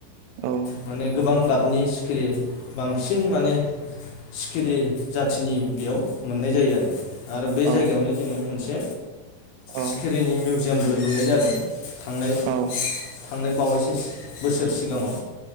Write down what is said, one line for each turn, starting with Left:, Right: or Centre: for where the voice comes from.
Right: अ औ
Left: माने गोबां थां गाबनि सिखिरि बांसिन माने सिखिरि जाथिनि बेयाव मोननाय जायो आरो आरो बे
Right: औ
Left: जायगायावनो जोङो मोनसे
Right: औ
Left: सिखिरिनि मिउ जिआमबो लुनाय जादों। थांनाय
Right: औ
Left: थांनाय बावैसो सि बोसोर सिगाङाव